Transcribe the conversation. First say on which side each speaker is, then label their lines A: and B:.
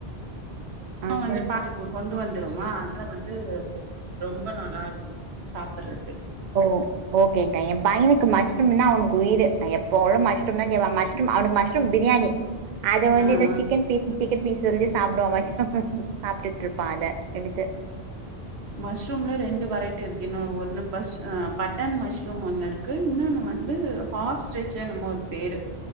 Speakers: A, on the right (about 55°); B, on the right (about 80°).
A: ஆ
B: ஆன் வந்து
A: சொல்லுங்
B: பாத்துக்கோ கொண்டு வந்து ந்துருமா அதுல வந்து ரொம்ப நல்லா இருக்கும் சாப்புடுற
A: ஓ ஓகேக்கா என் பையனுக்கு மஷ்ரூம்னா அவனுக் உயிரு எப்பவுமே மஷ்ரூம் தான் கேப்பான் மஷ்ரூம் அவனுக்கு மஷ்ரூம் பிரியாணி அது வந்து
B: ஆ
A: எதோ
B: ஆ
A: சிக்கன் பீஸ் சிக்கன் பீஸு வந்து சாப்டுவான் மஷ் சாப்பிட்டுட்டு இருப்பான் அத எடுத்து
B: மஷ்ரூம்ல ரெண்டு வெரைட்டி இருக்கு இன்னு ஒன்னு பஷ் ஆ பட்டன் மஷ்ரூம் ஒண்ணு இருக்கு இன்னொண்ணு வந்து ஹாஸ் ஸ்டெர்ச் என்னமோ ஒரு பேரு